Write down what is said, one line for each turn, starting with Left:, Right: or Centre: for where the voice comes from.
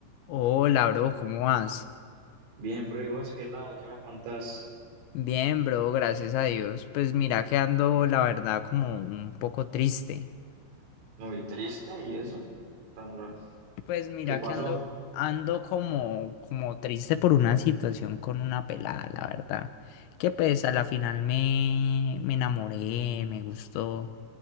Left: Hola, bro, ¿cómo vas?
Right: Bien, bro, ¿y vos qué tal? ¿Qué me contás?
Left: Bien, bro, gracias a Dios. Pues mira que ando, la verdad, como un poco triste.
Right: Muy triste y eso, tan raro.
Left: Pues mira
Right: ¿Qué pasó?
Left: que ando, ando como, como triste por una situación con una pelada, la verdad. Que pues a la final me, me enamoré, me gustó.